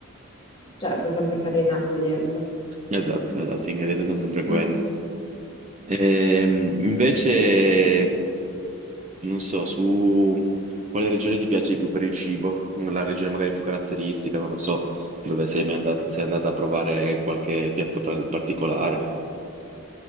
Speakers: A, on the left; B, on the right.
A: Certo, sempre farina, acqua e lievito.
B: Esatto, esatto, gli ingredienti sono sempre quelli.
A: Mm, mm.
B: Ehm, invece Non so, su quale regione ti piace di più per il cibo? La regione magari più caratteristica, non lo so, dove sei mai andat- sei andata a provare qualche piatto pra- particolare.